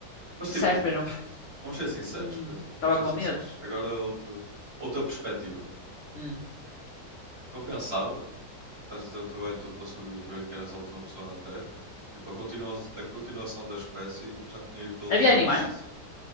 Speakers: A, on the right; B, on the left.
A: Mas
B: certo,
A: tipo,
B: mas não.
A: <laughs> vamos ser sinceros,
B: Hum,
A: Pedro,
B: Estava
A: vamos ser
B: com
A: sinceros.
B: medo.
A: Agora outro, outra perspectiva. O
B: Hum.
A: que eu pensava Estás a ter o trabalho todo para sobreviver, que eras a última pessoa na Terra? Tipo, a, continua a continuação da espécie já tinha ido pelos
B: Havia
A: ares.
B: animais?